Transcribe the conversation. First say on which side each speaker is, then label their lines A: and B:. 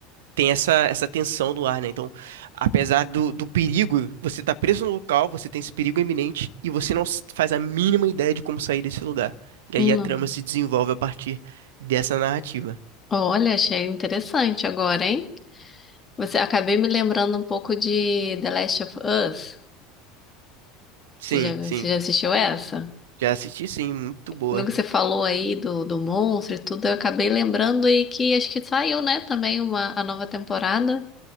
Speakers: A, on the right; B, on the left.
A: tem essa, essa tensão do ar, né? Então, apesar do, do perigo, você tá preso no local, você tem esse perigo iminente e você não s- faz a mínima ideia de como sair desse lugar. E
B: uhum,
A: aí a trama
B: uhum.
A: se desenvolve a partir dessa narrativa.
B: Olha, achei interessante agora, hein? Você acabei me lembrando um pouco de The Last of Us.
A: Sim,
B: Você já, viu-
A: sim.
B: você já assistiu essa?
A: Já assisti, sim. Muito boa.
B: No que você falou aí do, do monstro e tudo, eu acabei lembrando e que acho que saiu, né, também uma, a nova temporada